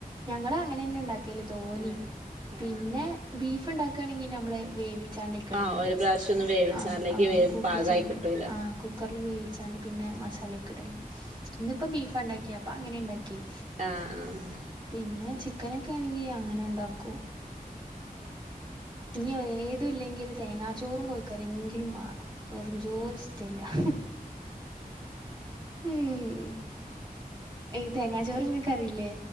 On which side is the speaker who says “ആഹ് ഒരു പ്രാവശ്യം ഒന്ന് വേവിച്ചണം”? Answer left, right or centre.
Right